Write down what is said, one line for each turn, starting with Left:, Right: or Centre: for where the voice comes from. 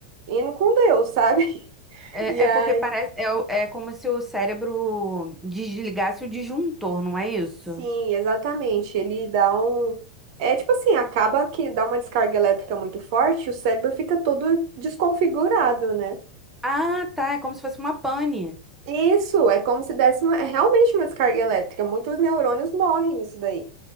Right: indo com Deus, sabe? <laughs>
Centre: É,
Right: E aí,
Centre: é porque parece. É, o- é como se o cérebro desligasse o disjuntor, não é isso?
Right: sim, exatamente, ele dá um. É tipo assim, acaba que dá uma descarga elétrica muito forte, o cérebro fica todo desconfigurado, né?
Centre: Ah, tá. É como se fosse uma pane. <gasps>
Right: Isso, é como se desse uma, é realmente uma descarga elétrica. Muitos neurônios morrem nisso daí.